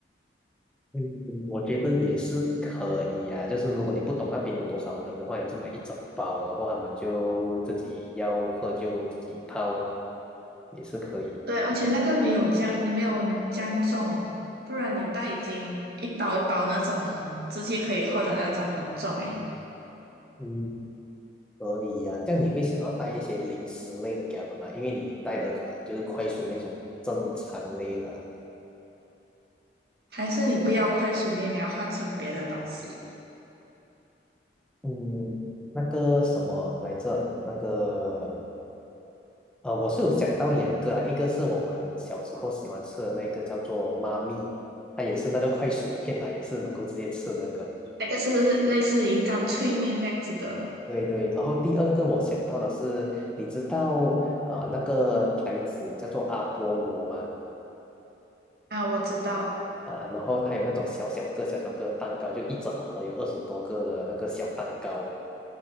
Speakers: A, in the centre; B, on the right.
A: 嗯，我觉得也是可以啊。就是如果你不懂那边有多少人的话，你就买一整包啊，然后他们就自己要喝就自己泡，也是可以。
B: 对，而且那个没有这样，你没有这样重，不然你带已经一包一包那种直接可以喝的那种很重诶。
A: 嗯，可以呀、啊这样你会想要带一些零食类的给他们吗？因为你带的可能就是快速面这种正餐类的。
B: 还是你不要快速面，你要换成别的东西，
A: 嗯，那个什么来着？那个呃，我是有想到两个啊，一个是我们小时候喜欢吃的那个叫做妈咪，它也是那个快熟面啦，也是能够直接吃的那个。
B: 那个是类似于干脆面这样子的
A: 对对，然后第二个我想到的是，你知道呃那个牌子叫做阿波罗吗？
B: 啊，我知道。
A: 啊，然后它有那种小小个、小小个的蛋糕，就一整盒有二十多个的那个小蛋糕。